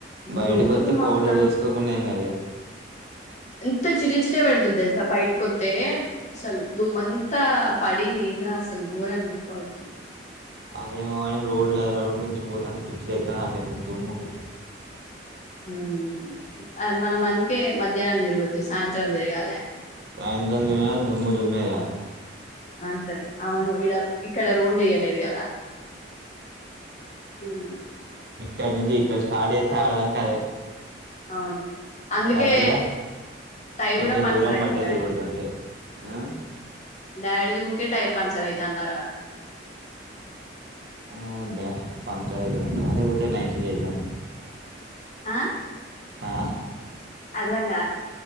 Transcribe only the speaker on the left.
దుమ్ము
మొత్తం
అంత చిటిచిట బడతది తెల్సా బయటకు వత్తే అసలు దుమ్మంతా పడింది అసలు ఘోరంగా ఉడక బెడతాంది.
హ్మ్ మనం అందుకే మధ్యాహ్నం తిరగొద్దు సాయంత్రం తిరగాలె
ఆన్సరే అవును ఇడ ఇక్కడ రోడ్డు వేయలేదు కదా రా మ్
అవును అందుకే
టైర్
కూడా పంచర్
అయింది
డాడీది
డాడీది ఊకే టైర్ పంక్చర్ అయితాంద
ఆ
అర్థం కాలే